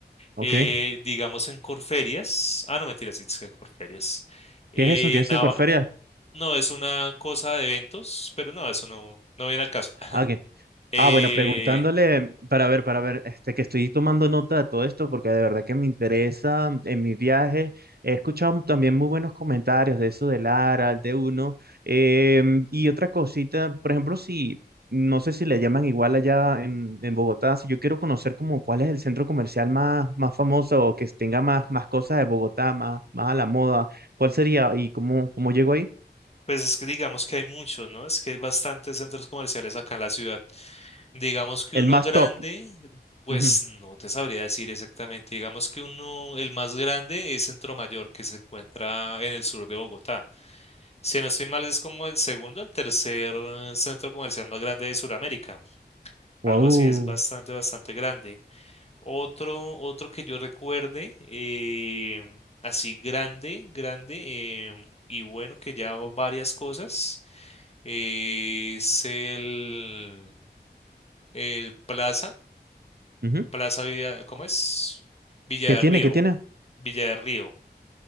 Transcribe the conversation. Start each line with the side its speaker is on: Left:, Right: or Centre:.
Right: ok.
Left: Eh,
Right: ¿Qué
Left: digamos en Corferias, ah, no, mentira sí, es que Corferias. Eh,
Right: es eso? ¿Qué es
Left: Nava-
Right: eso de Corferia?
Left: no, es una cosa de eventos, pero no, eso no, no viene al caso. <laughs>
Right: Ah, ok.
Left: Eh,
Right: Ah, bueno, preguntándole para ver, para ver, este, que estoy tomando nota de todo esto porque de verdad que me interesa mm, en mi viaje. He escuchado también muy buenos comentarios de eso de Lara, de uno. Em, y otra cosita, por ejemplo, si, no sé si le llaman igual allá en, en Bogotá, si yo quiero conocer como cuál es el centro comercial más, más famoso o que tenga más, más cosas de Bogotá, más, más a la moda, ¿cuál sería y cómo, cómo llego ahí?
Left: pues es que digamos que hay muchos, ¿no? Es que hay bastantes centros comerciales acá en la ciudad. Digamos que
Right: El
Left: uno
Right: más
Left: grande,
Right: top.
Left: pues
Right: Ujú.
Left: no te sabría decir exactamente. Digamos que uno, el más grande es Centro Mayor, que se encuentra en el sur de Bogotá. Si no estoy mal, es como el segundo, el tercer eh, centro comercial más grande de Sudamérica. Algo
Right: Guau.
Left: así, es bastante, bastante grande. Otro, otro que yo recuerde, eh, así grande, grande, eh, y bueno, que ya varias cosas, eh, es el, el Plaza
Right: Ujú.
Left: Plaza Villa, ¿cómo es? Villa
Right: ¿Qué
Left: de
Right: tiene?
Left: Río,
Right: ¿Qué tiene?
Left: Villa de Río.